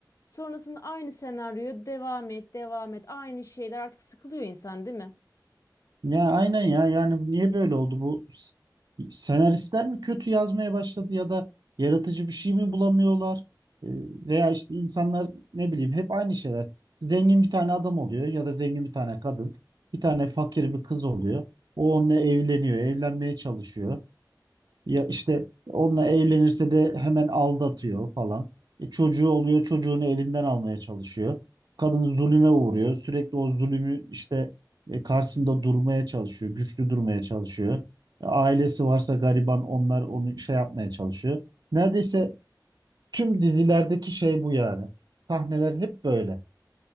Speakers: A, on the left (about 45°); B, on the right (about 65°).
A: Sonrasında aynı senaryo devam et devam et aynı şeyler artık sıkılıyor insan değil mi?
B: Ya aynen ya yani niye böyle oldu bu? S- Senaristler mi kötü yazmaya başladı ya da yaratıcı bir şey mi bulamıyorlar? Ee, Veya işte insanlar ne bileyim hep aynı şeyler. Zengin bir tane adam oluyor ya da zengin bir tane kadın. Bir tane fakir bir kız oluyor. O onunla evleniyor, evlenmeye çalışıyor. Ya işte onunla evlenirse de hemen aldatıyor falan. E çocuğu oluyor, çocuğunu elinden almaya çalışıyor. Kadın zulüme uğruyor. Sürekli o zulümü işte e, karşısında durmaya çalışıyor, güçlü durmaya çalışıyor. E, ailesi varsa gariban onlar onu şey yapmaya çalışıyor. Neredeyse tüm dizilerdeki şey bu yani. Sahneler hep böyle.